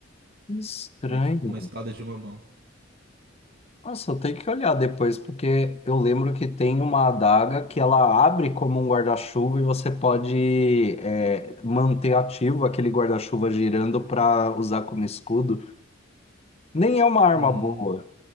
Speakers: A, on the left; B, on the right.
A: que estranho.
B: Aí tipo com uma espada de uma mão.
A: Nossa, eu tenho que olhar depois, porque eu lembro que tem uma adaga que ela abre como um guarda-chuva e você pode é, manter ativo aquele guarda-chuva girando para usar como escudo. Nem é uma arma
B: Hum,
A: boa.